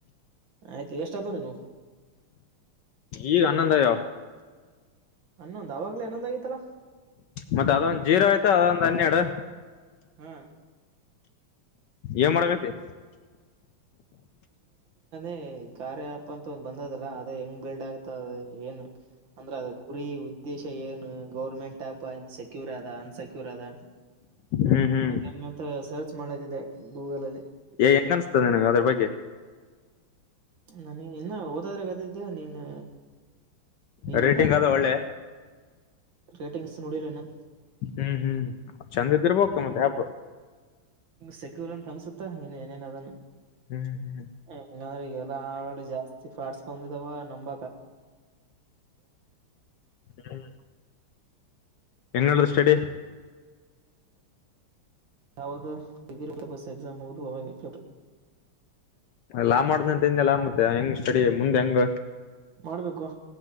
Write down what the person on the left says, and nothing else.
ಈಗ ಅನ್ನಂದಯ
ಮತ್ತೆ ಅದೊಂದ್ ಜೀರಾ ಆಯ್ತಾ ಅದೊಂದ್ ಹನ್ನೆರಡು
ಏನ್ ಮಾಡಕತಿ
ಹ್ಮ್ ಹ್ಮ್
ಏ ಹೆಂಗನ್ಸ್್ತದೆ ನಿನಗೆ ಅದ್ರ ಬಗ್ಗೆ
ರೇಟಿಂಗ್
ಅದ
ಒಳ್ಳೆ
ಹ್ಮ್ ಹ್ಮ್ ಚಂದ ಇದ್ರ ಬೋಗ್ತ ಮತ್ತೆ ಯಪ
ಹ್ಮ್ ಹ್ಮ್
ಹ್ಮ್ ಹೆಂಗಡ್ದ ಸ್ಟಡಿ
ಲಾ ಮಾಡ್ದ ಅಂತಿಂದೆಲ್ಲಾ ಮತ್ತ ಹೆಂಗ ಕಡಿ ಮುಂದೆ ಹೆಂಗ